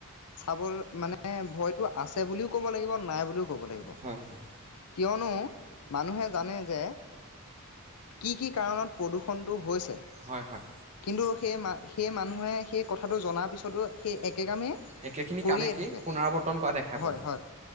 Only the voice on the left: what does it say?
চাব মানে ভয়তটো আছে বুলিও ক'ব লাগিব নাই বুলিও ক'ব লাগিব
কিয়নো মানুহে জানে যে', কি', - কি', কাৰণত প্ৰদূষণটো হৈছে,
কিন্তু সেই সেই মানুহে সেই কথা কথাটো জনাৰ পিছতো, সেই এক', হেইকামে
কৰিয়ে
থাকে
হয়-
হয়-